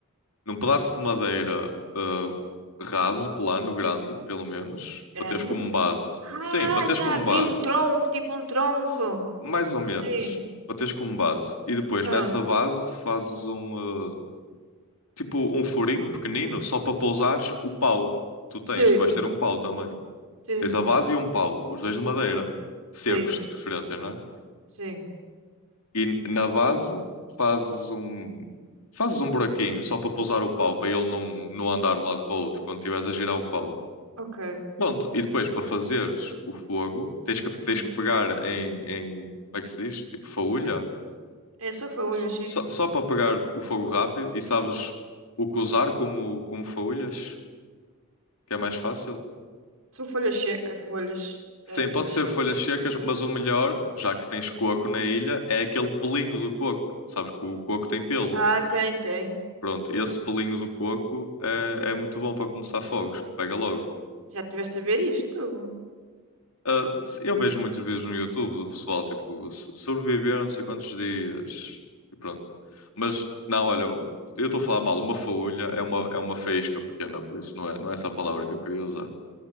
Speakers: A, on the left; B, on the right.
A: num pedaço de madeira uh, raso, plano, grande, pelo menos,
B: grande?
A: para teres como base.
B: Ah,
A: Sim, para teres
B: já
A: como
B: vi
A: base.
B: um tronco, tipo um tronco.
A: S- Mais ou menos.
B: Sim.
A: Para teres como base. E depois,
B: Ah,
A: nessa base, fazes um, uh, tipo um furinho pequenino só para pousares o pau. Tu tens,
B: sim,
A: tu vais ter um pau também.
B: sim,
A: Tens a base e um pau, os dois de madeira.
B: sim,
A: Secos,
B: sim,
A: de preferência, não é?
B: sim.
A: e na base fazes um fazes um buraquinho só para pousar o pau, para ele não, não andar de um lado para o outro quando estiveres a girar o pau.
B: Ok.
A: Pronto, e depois para fazeres o fogo, tens que, tens
B: Hum.
A: que pegar em, em, como é que se diz? Tipo faúlha,
B: É só folhas,
A: S-
B: sim.
A: só, só para pegar o fogo rápido e sabes o que usar como, como faúlhas, que é mais fácil.
B: São folhas secas. Folhas.
A: Sim,
B: Era folhas
A: pode ser
B: secas.
A: folhas secas, mas o melhor, já que tens coco na ilha, é aquele pelinho do coco. Sabes que o coco tem pelo.
B: Ah, tem, tem.
A: Pronto, esse pelinho do coco é, é muito bom para começar fogos, que pega logo.
B: Já tiveste a ver isto?
A: Ah, se- eu vejo muitos vídeos no YouTube do pessoal, tipo, se- sobreviver não sei quantos dias e pronto. Mas, não, olha, eu estou a falar mal, uma faúlha é uma, é uma faísca pequena, por isso não é, não é essa a palavra que eu queria usar,